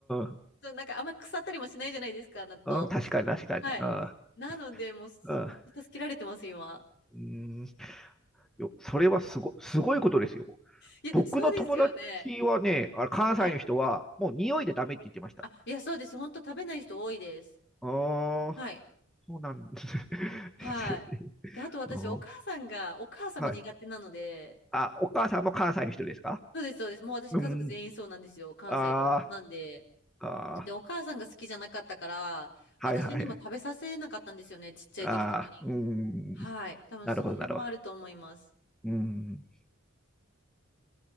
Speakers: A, in the centre; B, on the left.
A: あ、
B: そう、なんかあんまり腐ったりもしないじゃないですか、納豆。
A: ああ確かに確かに。
B: はい。
A: あ
B: なので、もうめっちゃ助けられてます、
A: あ、ああ、
B: 今。
A: うん。よ、それはすご、すごいことですよ。
B: いや、
A: 僕の友達はね、
B: そうですよね。
A: あ関西の人は、
B: はい。
A: もう匂いでダメって言ってました。
B: あ、いや、そうです。本当食べない人多いです。
A: ああ。
B: はい。
A: そうなんです <laughs>
B: はい。
A: ですよね。
B: で、あと私、
A: うん
B: お母さんが、お母さんも苦手なので、
A: はい。あ、お母さんも関西の人ですか
B: そうです、そうです。もう私、
A: うん。
B: 家族全員そうなんですよ。関西、
A: あー
B: 大阪なんで。
A: あ
B: で、お母さんが好きじゃなかったから、私にも食べさせなかったんですよね、
A: ー、はいはい。
B: ちっちゃい時とかに。
A: あーうーん。
B: はい。多分その辺もあると思います。
A: なるほど、なるほど。うーん。